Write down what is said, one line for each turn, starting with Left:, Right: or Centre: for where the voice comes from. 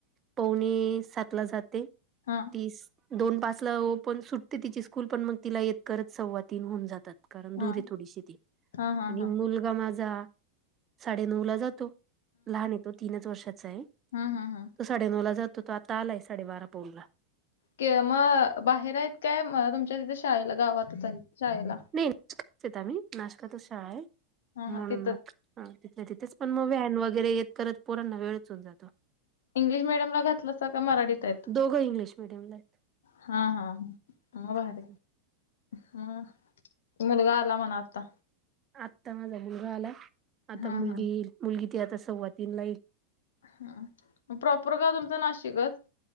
Right: पावने सातला जाते.
Left: हा.
Right: तीस दोन पाचला ओपण सुटते तिची स्कूल पण मग तिला येत करत सव्वा तीन होऊन जातात. कारण
Left: हा
Right: दूर ये थोडीशी ती
Left: हा हा
Right: आणि
Left: हा
Right: मुलगा माझा साडेनऊला जातो लहान आहे तो तीनच वर्षाचा आहे.
Left: ह ह ह.
Right: तो साडेनऊ ला जातो तो आता आलाय साडेबारा पाऊनला.
Left: के म बाहेर आहेत काय तुमच्या तिथे शाळेला गावातच आहेत शाळेला?
Right: नाही <unintelligible> येत आम्ही नाशकातचं शाळा आहे.
Left: हा
Right: म्हणून
Left: हा तिथंच
Right: मग हा तिथल्या तिथेच पण मग व्हॅन वगैरे येत करत पोरांना वेळचं होवून जातो.
Left: इंग्लिश मिडीयमला घातलंस का मराठीत? आहेत
Right: दोघं इंग्लिश मिडियमला आहेत
Left: हा हा मग भारी
Right: असं.
Left: हा मुलगा आला म्हणा आत्ता.
Right: आत्ता माझा मुलगा आला, आता
Left: हा
Right: मुलगी
Left: हा
Right: येईल मुलगी ती आता सव्वातीन ला येईल.
Left: हा म प्रॉपर गाव तुमचं नाशिकच?